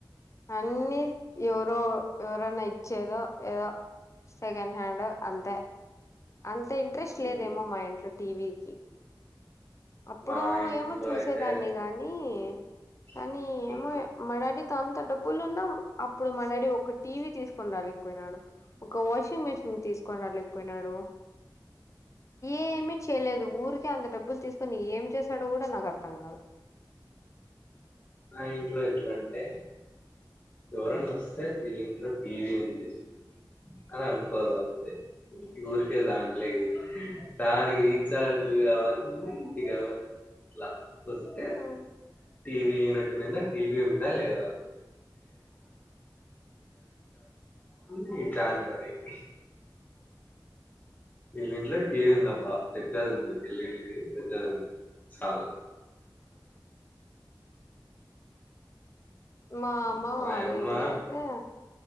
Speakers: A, on the left; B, on the left.
A: అన్ని ఎవరో ఎవరన్న ఇచ్చేదో ఏదో సెకండ్ హ్యాండో అంతే అంత ఇంట్రెస్ట్ లేదేమో
B: ఉమ్.
A: మా ఇంట్లో టీవీకి అప్పుడు
B: మా ఇంట్లో
A: ఏమో చూసేదాన్ని
B: అయితే
A: గాని
B: <unintelligible>
A: కానీ ఏమో మా డాడీతో అంత డబ్బులు ఉన్నా అప్పుడు మా డాడీ ఒక టీవీ తీసుకొని రాలిపోయినాడు ఒక వాషింగ్ మిషన్ తీసుకొని రాలేకపోయినాడు ఏమి చేయలేదు ఊరికే అంత డబ్బులు తీసుకుొని ఏం చేశాడో కూడా నాకు అర్థం కాదు
B: ఆ ఇంట్లో ఎట్ల అంటే ఎవరనా వస్తే వీళ్ళ ఇంట్లో టీవీ ఉంది అని అనుకోవాల అంతే ఊరికే దాంట్లోకి దానికి రీచ్ార్జ కావని కావ <unintelligible>
A: ఆ
B: టీవీ యనట్ మీద టీవీ ఉందా లేద <unintelligible> <unintelligible> వీళ్ల ఇంట్లో టీవీ ఉందబ్బా పెద్దది ఉంది ఎల్ఈడి టీవీ పెద్దది ఉంది చాలు
A: మా అమ్మ
B: మాయమ్మ
A: వల్ల ఇంట్లో అయితే